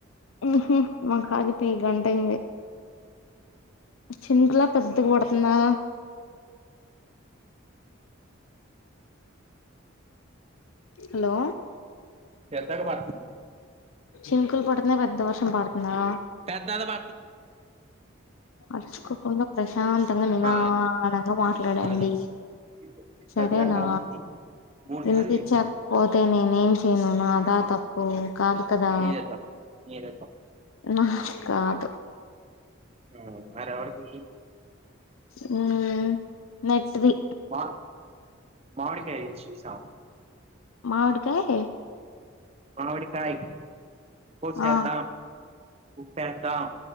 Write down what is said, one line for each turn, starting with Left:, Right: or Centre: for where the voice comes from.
Left: హ్మ్ హు మాకి ఆగి పెయ్ గంట అయింది చినుకులా పెద్దగా పడుతుందా హలో
Right: ఎద్దక బ
Left: చినుకులు పడుతున్నా పెద్ద వర్షం ఇనపడుతుందా
Right: పెద్దద ప
Left: అర్చుకోకుండా ప్రశాంతంగా నిదానంగా
Right: ఆ,
Left: మాట్లాడండి
Right: అది ఇప్పుడు ఇప్పుడు
Left: సరేనా
Right: అది అట్లా ఉంది మూడు
Left: వినిపించకపోతే
Right: సార్లు చెప్పాను
Left: నేను హ్మ్ నేను నాదా తప్పు కాదు కదా
Right: నీదే తప్పు నీదే తప్పు
Left: నా కాదు
Right: హ్మ్ మరి ఎవరిది
Left: హ్మ్ నెట్ ది
Right: మా మావిడికాయ్ చూసా
Left: మావిడికాయ్
Right: మావిడికాయ్ కోసేద్దాం
Left: ఆ
Right: ఉప్పేద్దాం